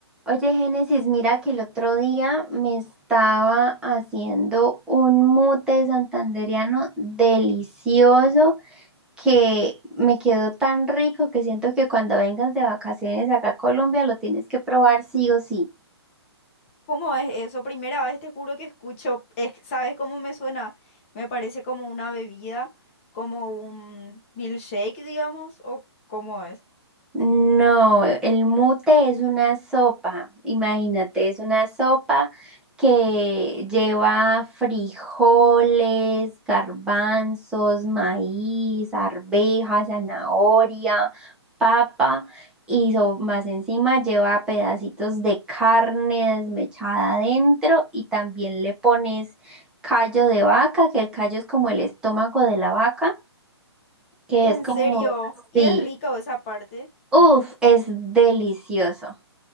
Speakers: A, in the centre; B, on the left.
A: Oye, Génesis, mira que el otro día me estaba haciendo un mute santandereano delicioso que me quedó tan rico que siento que cuando vengas de vacaciones acá a Colombia lo tienes que probar sí o sí.
B: ¿Cómo es eso? Primera vez te juro que escucho, es- ¿sabes cómo me suena? Me parece como una bebida, como un milkshake, digamos, o cómo es.
A: No, el mute es una sopa, imagínate, es una sopa que lleva frijoles, garbanzos, maíz, arvejas, zanahoria, papa y so- más encima lleva pedacitos de carne desmechada adentro y también le pones callo de vaca, que el callo es como el estómago de la vaca, que
B: En
A: es como,
B: serio, y
A: sí.
B: es rica esa parte,
A: Uf, es delicioso.